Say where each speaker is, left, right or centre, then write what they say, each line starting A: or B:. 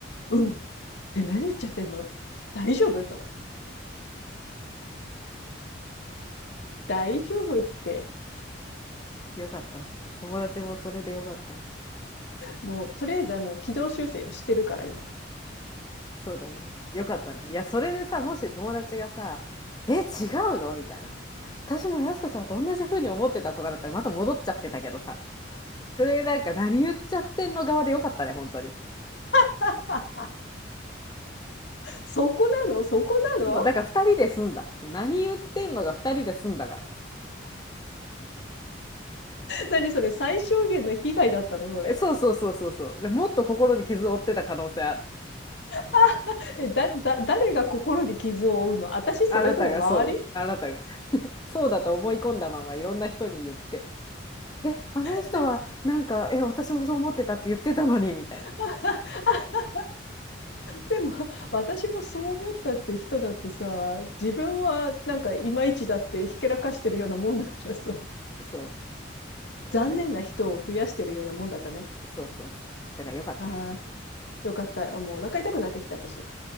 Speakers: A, on the left; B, on the left.
A: うん。え、何言っちゃってんの大丈夫とか。大丈夫って、
B: よかった。友達もそれでよかった。
A: もう、とりあえず、あの、軌道修正知してるから、今。
B: そうだね。よかったね。いや、それでさ、もし友達がさ、え、違うのみたいな。私もやすこちゃんと同じ風に思ってたとかだったらまた戻っちゃってたけどさ。それなんか何言っちゃってんの側でよかったね、本当に。
A: <laughs> そこなのそこなの
B: そう、だから2人で済んだ。何言ってんのが2人で済んだから。
A: 何それ最小限の被害だったのそれ。
B: えそうそうそうそうそう。
A: <laughs>
B: で、もっと心に傷を負ってた可能性ある。
A: あ、え、だ、だ、誰が心に傷を負うの私それとも周り
B: あなたがそう。あなたが。そうだと思い込んだままいろんな人に言って。え、あの人はなんか、
A: <laughs> でも、
B: え、私もそう思ってたって言ってたのに、みたいな。
A: <laughs> あ、あ、でも、私もそう思ったって人だってさ、自分はなんかいまいちだってひけらかしてるようなもんだからさ、
B: そう。そう、
A: 残念な人を増やしてるようなもんだったね。
B: だけど、そうそうそう。だからよかったね。
A: ああ、よかった。もうお腹痛くなってきた私。